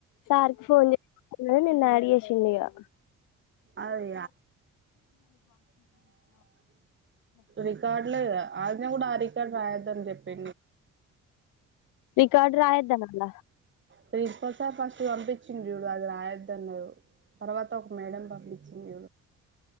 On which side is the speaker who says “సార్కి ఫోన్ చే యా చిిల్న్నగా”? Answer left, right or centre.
Left